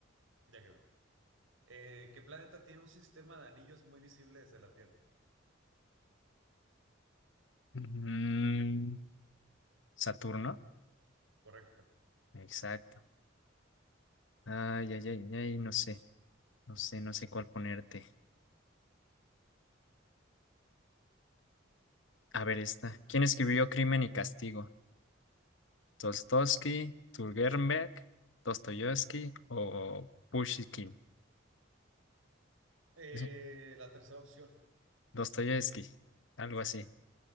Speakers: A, on the right; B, on the left.
A: Ya quedó. Eh, ¿qué planeta tiene un sistema de anillos muy visible desde la Tierra?
B: Mm, Saturno,
A: Correcto.
B: exacto. Ay, ay, ay, ay, no sé, no sé, no sé cuál ponerte. A ver, esta. ¿Quién escribió Crimen y Castigo? Dostoevsky, Turgenberg, Dostoyevsky o Pushkin.
A: Eh,
B: Sí,
A: la tercera opción.
B: Dostoyevsky, algo
A: Sí,
B: así.